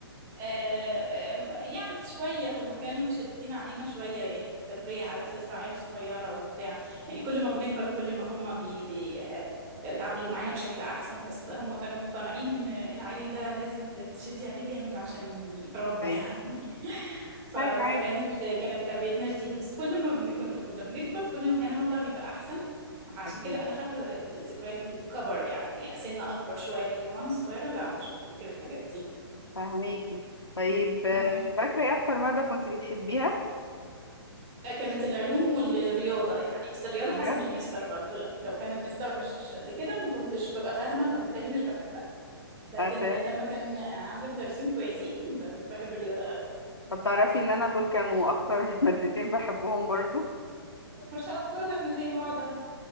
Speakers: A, on the right; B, on the left.
A: آه، آم، يعني شوية هم كانوا مشددين علينا شوية يعني في التربية على أساس بقى عيال صغيرة وبتاع يعني كل ما بنكبر كل ما هم بي بي آه، بيتعاملوا معانا بشكل أحسن بس هم كانوا مقتنعين إن العيل ده لازم ت- تشدي عليه جامد عشان يتربى
B: أيوة
A: يعني <laughs> ف-
B: هاي
A: فكانت
B: عادي
A: كانت تربيتنا شديدة بس كل ما بنكون كنا بنكبر كل ما كان الوضع بيبقى أحسن فعشان
B: أكيد
A: كده أنا فاكرة ذكريات الكبر يعني سن أكبر شوية لكن وأنا صغيرة لا مش بفتكر الحاجات دي
B: فهميكي طيب آه،
A: آه.
B: فاكرة إيه أكتر مادة كنت بتحبيها؟
A: كانت العلوم والرياضة يعني بس الرياضة
B: بجد؟
A: حسب المستر برضو لا لو كان المستر مش قد كده ما كنتش ببقى فاهمة فبالتالي مش بحبها لكن
B: أت...
A: لما كان عندي مدرسين كويسين كنت بحب الرياضة أوي
B: طب تعرفي إن أنا دول كانوا أكتر <laughs> مادتين بحبهم برضو؟
A: ما شاء الله ده احنا زي بعض اهو